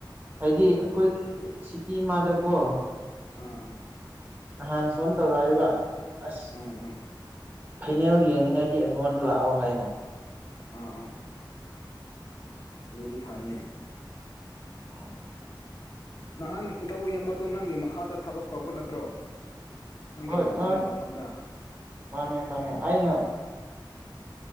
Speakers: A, on the right (about 25°); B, on the left (about 50°).
A: ꯍꯥꯏꯗꯤ
B: ꯑꯣ ꯑꯣ
A: ꯑꯩꯈꯣꯏ ꯁꯤꯀꯤ ꯏꯃꯥꯗꯀꯣ
B: ꯑꯥ ꯑꯥ
A: ꯅꯍꯥꯟ ꯐꯣꯟ ꯇꯧꯔꯛꯦꯕ ꯑꯁ
B: ꯑꯣ ꯑꯣ
A: ꯐꯩꯅꯦꯜ ꯌꯦꯡꯅꯤꯡꯉꯥꯏꯗꯤ ꯑꯩꯉꯣꯟꯗ ꯂꯥꯛꯑꯣ ꯍꯥꯏꯅ
B: ꯑ ꯑꯥ ꯑꯗꯨꯗꯤ ꯐꯥꯏꯅꯦ
A: ꯑꯣ
B: ꯅꯍꯥꯟ ꯏꯇꯥꯎ ꯌꯦꯟꯕꯗꯣ ꯅꯪꯒꯤ ꯃꯈꯥꯗ ꯊꯕꯛ ꯇꯧꯕ ꯅꯠꯇ꯭ꯔꯣ ꯅꯪꯒꯤ
A: ꯍꯣꯏ ꯃꯥꯟ
B: ꯅꯪꯒꯤ ꯅꯐꯝꯗ
A: ꯃꯥꯅꯦ ꯃꯥꯅꯦ ꯑꯩꯅ